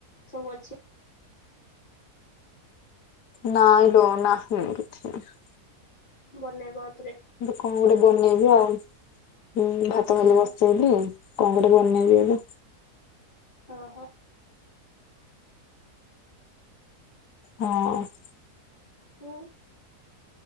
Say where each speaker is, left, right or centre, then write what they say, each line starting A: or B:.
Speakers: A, on the left (about 30°); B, on the left (about 85°).
A: ସବୁ ଅଛି।
B: ନାଇଁ ଦଉନା ସେମିତି କିଛି ନାହିଁ।
A: ବନେଇବ ଆଉ ଥରେ?
B: ମୁଁ କଣ ଗୋଟେ ବନେଇବି ଆଉ? ହୁଁ, ଭାତ ଡାଲି
A: ହଁ
B: ବସେଇଲି। କଣ ଗୋଟେ ବନେଇବି ଏବେ।
A: ଓ ହୋ।
B: ହଁ।
A: ହଁ